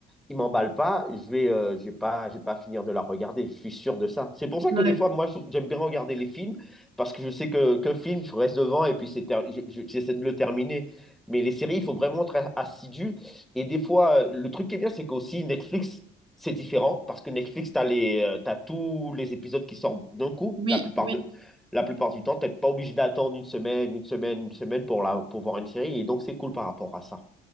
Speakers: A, in the centre; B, on the right.
A: il m'emballe pas, je vais, euh, je vais pas, je vais pas finir de la regarder. Je suis sûr de ça. C'est pour ça
B: ouais.
A: que des fois, moi, je- j'aime bien regarder les films parce que je sais que qu'un film, je reste devant et puis c'est ter- je- je- j'essaie de le terminer. Mais les séries, il faut vraiment être assidu. Et des fois, euh, le truc qui est bien, c'est qu'aussi Netflix, c'est différent parce que Netflix, t'as les, euh, t'as tous les épisodes qui sortent d'un coup.
B: Oui,
A: La plupart
B: oui.
A: de, la plupart du temps, t'es pas obligé d'attendre une semaine, une semaine, une semaine pour la, pour voir une série. Et donc, c'est cool par rapport à ça.